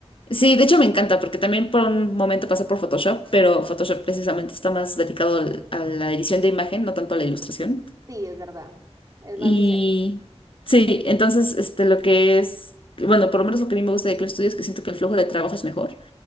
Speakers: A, on the left; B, on the right.
A: sí, de hecho me encanta porque también por un momento pasé por Photoshop, pero Photoshop precisamente está más dedicado al- a la edición de imagen, no tanto a la ilustración.
B: Sí, es verdad, es
A: Y
B: más diseño.
A: sí, entonces este, lo que es, bueno, por lo menos lo que a mí me gusta de Clip Studio es que siento que el flujo de trabajo es mejor.